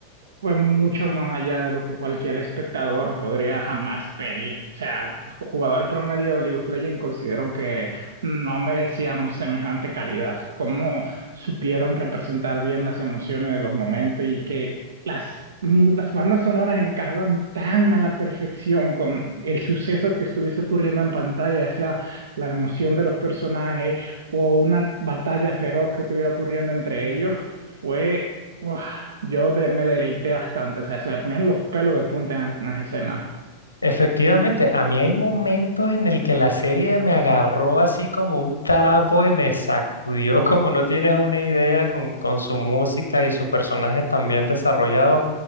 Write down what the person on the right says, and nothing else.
fue mucho más allá de lo que cualquier espectador podría jamás pedir. O sea, jugador promedio de League of Legends considero que no merecíamos semejante calidad. Cómo supieron representar bien las emociones de los momentos y que las, mu- las bandas sonoras encajaban tan a la perfección con el suceso que estuviese ocurriendo en pantalla, ya sea la emoción de los personajes o una batalla feroz que estuviera ocurriendo entre ellos. Fue... ¡guau! Yo de- me deleité bastante, o sea, se me ponían los pelos de punta en algunas escenas.